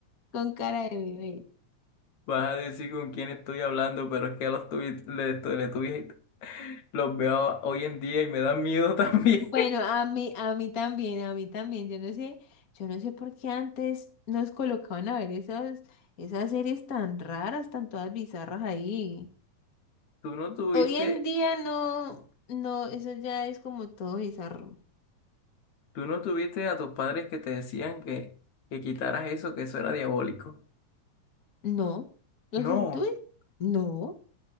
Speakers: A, on the left (about 35°); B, on the left (about 70°).
A: con cara de bebé.
B: vas a decir con quién estoy hablando, pero es que a los tuyos le, estoy- le tuve- los veo hoy en día y me da miedo también.
A: Bueno, a mí a mí también, a mí también. Yo no sé, yo no sé por qué antes nos colocaban a ver esos esas series tan raras, tan todas bizarras ahí.
B: <laughs> Tú no tuviste,
A: Hoy en día no no eso ya es como todo bizarro.
B: tú no tuviste a tus padres que te decían que, que quitaras eso, que eso era diabólico.
A: No, los
B: No,
A: Teletubbies no.